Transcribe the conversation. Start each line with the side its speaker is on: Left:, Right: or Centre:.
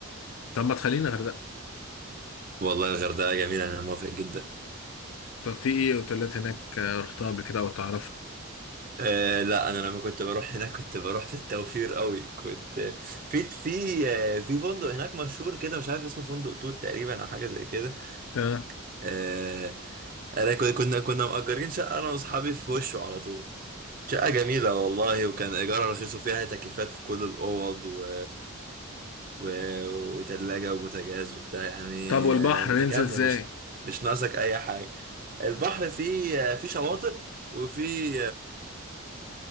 Left: طب ما تخلينا غردقة
Right: والله الغردقه جميله انا موافق جدا
Left: طب في ايه اوتيلات هناك آه، رحتها قبل كده او تعرفها
Right: آه لا انا لما كنت بروح هناك كنت بروح في التوفير قوي كنت في في آه في فندق هناك مشهور كده مش عارف اسمه فندق توت تقريبا او حاجه زي كده
Left: تمام.
Right: آه انا كنت- كنا كنا مأجرين شقه انا واصحابي في وشه على طول شقه جميله والله وكان ايجارها رخيص وفيها تكييفات في كل الاوض و... و... وتلاجه وبوتاجاز وبتاع يعني
Left: طب والبحر
Right: آه، متكامله
Left: ننزل ازاي
Right: مش مش ناقصك اي حاجه البحر فيه آه، فيه شواطئ وفي